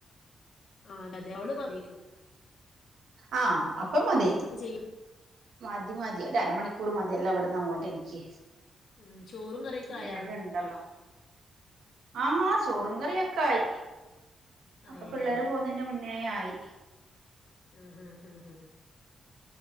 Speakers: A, on the left (about 60°); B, on the right (about 75°).
A: ആ അതതെ അവൾ ഇപ്പൊ എണീക്കും
B: ആ അപ്പ മതി
A: ഇത് ചെയ്യാം
B: മതി മതി ഒര അരമണിക്കൂർ മതി ഇതെല്ലാം എവിടന്ന് അങ്ങോട്ട് എനിക്ക്
A: ഉം, ചോറും കറിയൊക്കെ ആയാ
B: വേഗം ഇണ്ടലോ ആ ആ ചോറും കറിയൊക്കെ ആയി
A: ആയില്ലേ
B: ഒക്കെ പിള്ളേർ പോകുന്നതിന്റെ മുന്നേ ആയി
A: ഉം ഹം ഹും ഹും